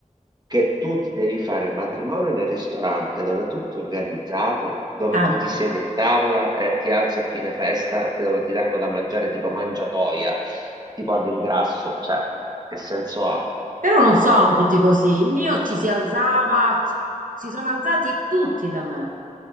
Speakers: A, on the right; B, on the right.
A: che tu ti devi fare il matrimonio nel ristorante dove è tutto organizzato, dove
B: Eh.
A: tu ti siedi a tavola e ti alzi a fine festa, che dove ti danno da mangiare tipo mangiatoia, tipo all'ingrasso, cioè, che senso ha?
B: Però
A: No,
B: non sono tutti così. Il mio ci si alzava, ci- si sono alzati tutti da me,